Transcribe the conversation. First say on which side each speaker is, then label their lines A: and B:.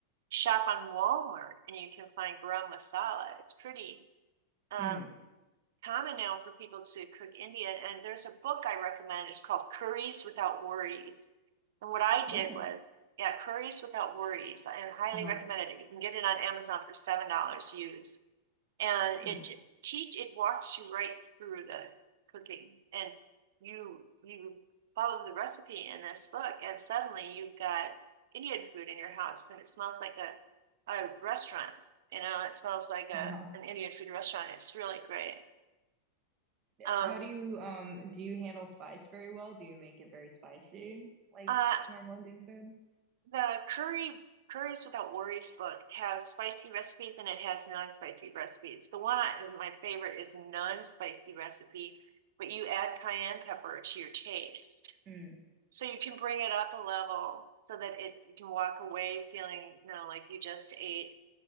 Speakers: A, on the right (about 55°); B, on the right (about 35°).
A: shop on Walmart, and you can find garam masala. It's pretty. Um,
B: mm.
A: common now for people to cook Indian. And there's a book I recommend. It's called Curries Without Worries. And what I
B: Oh,
A: did was, yeah, Curries Without Worries. I highly
B: uh-huh.
A: recommend it. You can get it on Amazon for seven dollars used, and
B: Mm,
A: it teach it walks you right through the cooking, and you you follow the recipe in this book, and suddenly you've got Indian food in your house, and it smells like a a restaurant. You know, it smells like a
B: wow.
A: an Indian food restaurant. It's really great. Um,
B: How do you um do you handle spice very well? Do you make it very spicy like
A: uh,
B: normal Indian food?
A: the curry, Curries Without Worries book has spicy recipes and it has non-spicy recipes. The one I, my favorite is non-spicy recipe, but you add cayenne pepper to your taste.
B: Mm,
A: So you can bring it up a level so that it you can walk away feeling, you know, like you just ate,